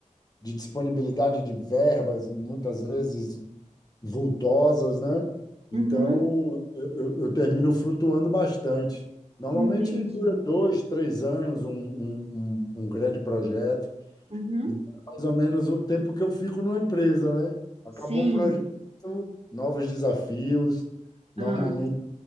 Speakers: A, on the left; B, on the right.
A: de disponibilidade de verbas, muitas vezes vultosas, né?
B: uhum,
A: Então, eu, eu- eu termino flutuando bastante. Normalmente
B: entendi.
A: dura dois, três anos um, um, um- um grande projeto.
B: Uhum.
A: Então, é mais ou menos o tempo que eu fico numa empresa, né? Acabou
B: Sim,
A: o projeto, novos desafios. Normalmente
B: ah,